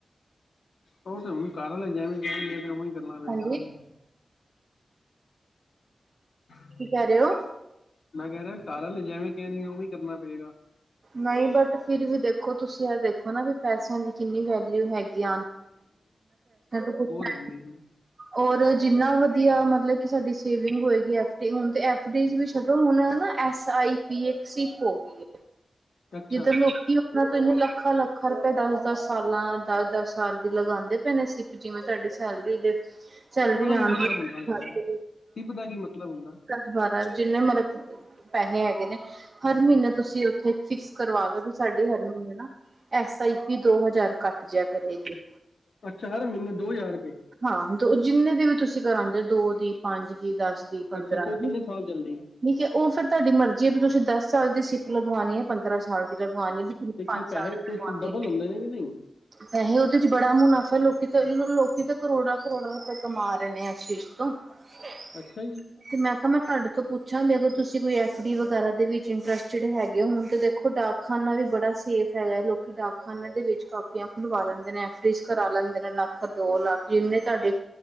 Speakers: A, on the left (about 70°); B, on the right (about 40°).
A: ਉਹ ਤੇ ਹੁਣ ਕਾਰਨ ਜਿਵੇਂ ਜਾ ਤੇ <unintelligible> ਉਵੇ ਹੀ ਕਰਨਾ ਪਏਗਾ।
B: ਹਾਂਜੀ
A: ਖ਼ਾਲੀ। <inaudible>
B: ਕੀ ਕਹਿ ਰਹੇ ਓ?
A: ਮੈਂ ਕਹਿ ਰਿਹਾ ਘਰਲ, ਜਿਵੇਂ ਕਹਿਣਗੇ ਉ ਵੀ ਕਰਨਾ ਪਏਗਾ।
B: ਨਹੀਂ ਬਟ, ਫਿਰ ਵੀ ਦੇਖੋ, ਤੁਸੀਂ ਇਹ ਦੇਖੋ ਨਾ ਵੀ ਪੈਸਿਆਂ ਦੀ ਕਿੰਨੀ ਵੈਲਿਊ ਹੈਗੀ। <unintelligible>
A: ਲ <unintelligible> <unintelligible>
B: ਔਰ ਜਿੰਨਾ ਵਧੀਆ ਮਤਲਬ ਕਿ ਸਾਡੀ ਸੇਵਿੰਗ ਹੋਏਗੀ, ਐਫ ਡ ਹੁਣ ਤੇ ਐਫ ਡੀ ਵਿੱਚ ਛੱਡੋ ਹੁਣ ਨਾ, ਐਸ ਆਈ ਪੀ ਇੱਕ ਸਿਪ ਹੋ ਗਈ,
A: ਅੱਛਾ
B: ਜਿੱਦਰ ਲੋਕੀ ਹੁਨ ਮੈਂ ਤਿੰਨ ਲੱਖਾਂ- ਲੱਖਾਂ ਰੁਪਏ ਦਸ- ਦਸ ਸਾਲਾਂ। ਦਸ- ਦਸ ਸਾਲ ਦੀ ਲਗਾਦੇ ਪਏ ਸੀ। ਜਿਵੇਂ। ਤੁਹਾਡੀ ਸੈਲਰੀ ਦੇ। ਚੱਲ
A: ਤੇ
B: ਰਹੀ
A: ਉਹਦਾ
B: ਆਉਣ
A: ਕੀ ਮਤਲਬ
B: ਪੈਸੇ।
A: ਹੁੰਦਾ ਜੀ। ਟਿਪ ਦਾ ਕੀ ਮਤਲਬ ਹੁੰਦਾ
B: ਦੁਬਾਰਾ ਜਿੰਨੇ ਮਤਲਬ ਅ ਪੈਸੇ ਹੈਗੇ ਨੇ। ਹਰ ਮਹੀਨੇ ਤੁਸੀਂ ਉੱਥੇ ਫਿਕਸ ਕਰਵਾ ਲੋ। ਸਾਡੀ ਹਰ ਮਹੀਨੇ ਨਾ। ਐਸ ਆਈ ਪੀ ਦੋ ਹਜ਼ਾਰ ਘੱਟ ਜੀਆ ਕਰੇਗੀ।
A: ਅੱਛਾ। ਹਰ ਮਹੀਨੇ ਦੋ ਹਜ਼ਾਰ ਰੁਪਏ।
B: ਹਾਂ। ਦੋ ਜਿੰਨੇ ਦੀ ਵੀ ਤੁਸੀਂ ਕਰਾਉਂਦੇ ਹੋ। ਦੋ ਦੀ ਪੰਜ ਦੀ ਦਸ ਦੀ। ਪੰਦਰਾਂ
A: ਅੱਛਾ ਤੇ
B: ਦੀ
A: ਉਹ ਕਿੰਨੇ
B: ਠੀਕ
A: ਸਾਲ ਚੱਲਦੀ
B: ਹੈ। ਉਹ ਫਿਰ ਤੁਹਾਡੀ ਮਰਜ਼ੀ ਹੈ। ਵੀ ਤੁਸੀਂ ਦਸ ਸਾਲ ਦੀ ਸ਼ਲੀਪ ਲਗਵਾਉਣੀ ਹੈ। ਪੰਦਰ ਸਾਲ ਦੀ ਲਗਵਾਉਣੀ। ਵੀਨ
A: ਤੇ ਕੀ
B: ਪੰਜ
A: ਪੈਸੇ
B: ਸਾਲ ਦੀ
A: ਕੁਛ
B: ਲਗਵਾਉਣੀ।
A: ਡਬਲ ਹੁੰਦੇ ਨੇ ਕਿ ਨਹੀਂ
B: ਪੈਸੇ ਉਹਦੇ ਚ ਬੜਾ ਮੁਨਾਫ਼ਾ। ਲੋਕੀ ਤਾਂ ਲੋਕੀ ਤਾਂ ਕਰੋੜਾਂ - ਕਰੋੜਾਂ ਰੁਪਏ ਕਮਾ ਰਹੇ ਨੇ। ਇਸ ਚੀਜ਼ ਤੋਂ ਹ। <unintelligible>
A: ਅੱਛਾ ਜੀ!
B: ਤੇ ਮੈਂ ਕਿਹਾ! ਮੈਂ ਤੁਹਾਡੇ ਤੋਂ ਪੁੱਛਾਂ ਵੀ ਅਗਰ। ਤੁਸੀਂ ਕੋਈ ਐਫ ਡੀ ਵਗੈਰਾ ਦੇ ਵਿੱਚ ਇੰਟਰਸਟਡ ਹੈਗੇ ਔ। ਹੋੁਣ ਤੇ ਦੇਖੋ ਦੇਖੋ ਡਾਕ ਖਾਨਾ ਵੀ ਬੜਾ ਸੇਫ ਹੈਗਾ ਹੈ। ਲੋਕ ਡਾਕ ਖਾਨਿਆਂ ਦੇ ਵਿੱਚ ਕਾਪੀਆਂ ਖੁਲਵਾ ਲੈਂਦੇ ਨੇ। ਵਿੱਚ ਕਰਾ ਲੈਂਦੇ ਨੇ ਪੰਜ ਲੱਖ ਦੋ ਲੱਖ ਜਿੰਨੇ ਤੁਹਾਡੇ